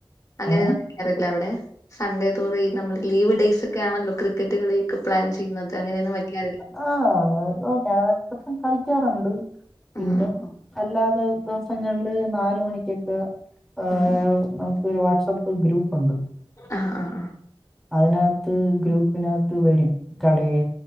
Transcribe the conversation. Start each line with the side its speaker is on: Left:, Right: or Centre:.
Left: അങ്ങനെയൊന്നും
Centre: ഏ?
Left: നിനക്ക് അറിയത്തില്ല അവിടെ സൺഡേ തോറും ഈ നമ്മള് ലീവ് ഡെയയ്സ് ഒക്കെ ആണല്ലോ ക്രിക്കറ്റ്കളിയൊക്കെ പ്ലാൻ ചെയ്യുന്നത് അങ്ങനെയൊന്നും വെക്കാറില്ല
Centre: ആഹ് ഞായറാഴ്ച്ച ദെവസം കളിക്കാറുണ്ട്
Left: ഉം
Centre: പിന്നെ-
Left: ഉം ഉം
Centre: അല്ലാതെ ദെവസങ്ങളില് നാല് മണിക്കൊക്കെ ഏഹ
Left: ഉം ഉം
Centre: നമക്ക്- ഒരു വാട്സആപ്പ് ഗ്രൂപ്പ് ഉണ്ട്
Left: ആഹ് ആഹ് ആഹ്
Centre: അതിനകത്ത് ഗ്രൂപ്പിനകത്ത് വരും കളിയ്